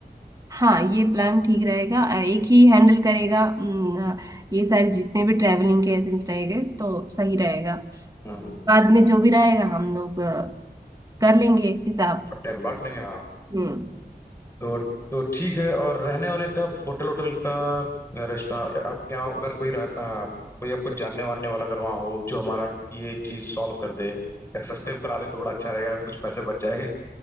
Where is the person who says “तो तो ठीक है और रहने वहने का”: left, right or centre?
Left